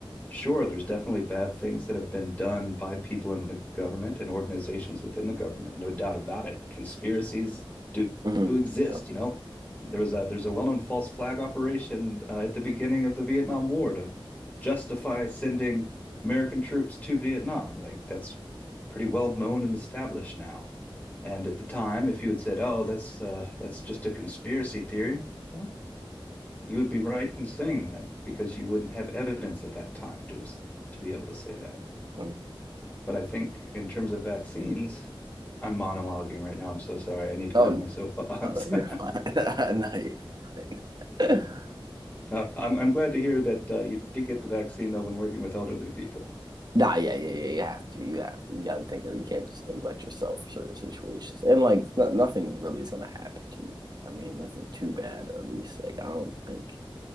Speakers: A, on the left; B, on the right.
A: Sure, there's definitely bad things that have been done by people in the government and organizations within the government, no doubt about it. Conspiracies do,
B: hmm
A: do exist,
B: Yeah.
A: you know. There was a there's a well-known false flag operation uh, at the beginning of the Vietnam War to justify sending American troops to Vietnam. Like that's pretty well known and established now. And at the time, if you had said, "Oh, that's uh, that's just a conspiracy theory," well, you would be right in saying that because you wouldn't have evidence at that time to have, to be able to say that.
B: Mhm.
A: But I think in terms of vaccines, I'm monologuing right now. I'm so sorry. I need to
B: Oh,
A: get off
B: n-
A: my soapbox.
B: oh no, you're
A: <laughs>
B: fine. <laughs> No, you're- <laughs>
A: Uh, I'm I'm glad to hear that uh, you did get the vaccine though when working with elderly people.
B: Nah, yeah, yeah, yeah. You have to. You have to. You got to think of, you can't just think about yourself for certain situations. And like no, nothing really is going to happen to you. I mean, nothing too bad, or at least like I don't think,